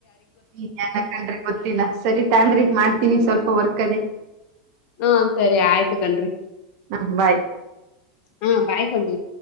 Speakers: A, on the right; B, on the left.
A: ಹ್ಮ ಏನ್ಕಂಡ್ರಿ ಗೊತ್ತಿಲ್ಲ ಸರಿ ತಾಳ್ರಿ ಮಾಡ್ ನಿ ಸ್ವಲ್ಪ ವರ್ಕ್ ಅದೆೇ
B: ಹಾ ಸರಿ ಆಯ್ತು ಕಣ್ರಿ
A: ಹಾ ಬಾಯ್
B: ಹಾ ಬಾಯ್ಕೊಂಡ್ರಿ